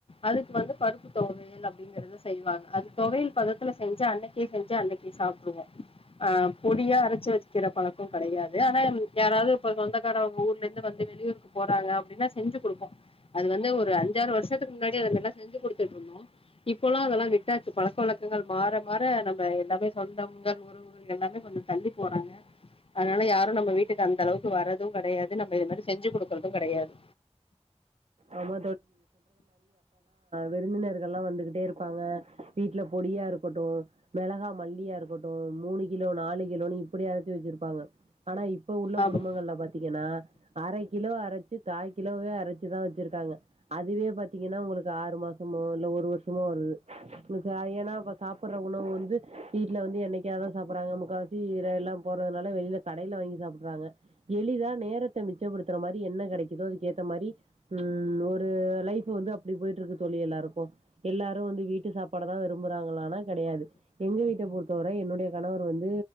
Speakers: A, on the left (about 55°); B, on the right (about 70°).
A: அதுக்கு வந்து பருப்பு தொவையல் அப்டிங்கிறத செய்வாங்க அது தொவையல் பதத்துல செஞ்சு அன்னைக்கே செஞ்சு அன்னைக்கே சாப்பிடுவோ ஆ பொடியா அரச்சு வச் அரைக்கிற பழக்கோ கெடையாது ஆனா எங் யாராவது இப்ப சொந்தக்கார அவங்க ஊர்ல இருந்து வந்து வெளியூருக்கு போறாங்க அப்டின்னா செஞ் ஞ்சு கொடுப்போ அது வந்து ஒரு அஞ்சாறு வருஷத்துக்கு முன்னாடி அதெல்லா செஞ்சு கொடுத்துட்ருந்தோ இப்போல்லா அதெல்லா விட் டாச்சு பழக்க வழக்கங்கள் மாற மாற நம்ம எல்லாமே சொந்தம் தம் எல்லாமே கொஞ்சொ தள்ளி போறாங்க அதுனால யாரும் நம்ம வீட்டுக்கு அந்த அளவுக்கு வரது கெடையாது நம்ம இது மாரி செஞ்சு குடுக்றது கெடையாது
B: ஆமா விருந்தினர்கெல்லா வந்துகிட்டே இருப்பாங்க வீட்ல பொடியா இருக்கட்டு மிளகா மல்லியா இருக்கட்டு மூணு கிலோ நாலு கிலோன்னு இப்புடி அரச்சி வச்சிருபாங்க ஆனா இப்ப உள்ள
A: ஆமா
B: குடும்பங்கள்ல பாத்தீங்கன்னா அரை கிலோ அரச்சு காய் கிலோவே அரைச்சுதா வச் இருகாங்க அதுவே பாத்தீங்கன்னா உங்களுக்கு ஆறு மாசமோ இல்ல ஒரு வர்ஷமோ வருது <unintelligible> ஏனா ப்ப சாப்பிட்ற உணவு வந்து வீட்ல வந்து என்னைக்கா தா சாப்பிட்றாங்க முக்கா வாசி <unintelligible> எல்லா போறதுனால வெளியில சாப் கடையில வாங்கி சாப்பிட்றாங்க எலிதா நேரத்த மிச்சப்படுத்துற மாரி என்ன கெடைக்குதோ அதுக்கு ஏத்த மாரி ம் ஒரு லைஃப் வந்து அப்டி போய்ட்டு இருக்கு தோழி எல்லாருக்கு எல்லாரும் வந்து வீட்டு சாப்பாடுதா விரு ரும்புறாங்களானா கெடையாது எங்க வீட்ட பொறுத்தவர என்னுடைய கணவர் வந்து